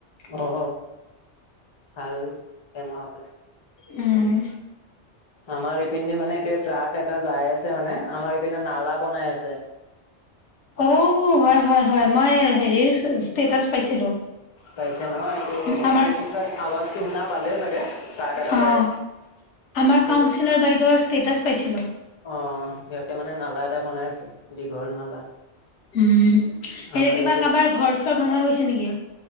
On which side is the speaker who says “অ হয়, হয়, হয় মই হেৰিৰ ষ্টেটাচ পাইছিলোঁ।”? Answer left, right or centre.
Left